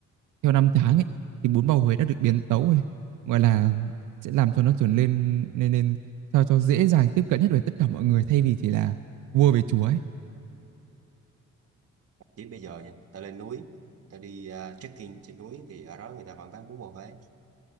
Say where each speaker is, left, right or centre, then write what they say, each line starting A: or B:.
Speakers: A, on the right; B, on the right.
A: theo năm tháng ấy thì bún bò Huế đã được biến tấu rồi, gọi là, sẽ làm cho nó trở lên nên nên sao cho dễ dàng tiếp cận nhất với tất cả mọi người thay vì chỉ là vua về chúa ấy.
B: chỉ bây giờ nha tao lên núi tao đi ờ, trekking trên núi thì ở đó người ta vẫn bán bún bò Huế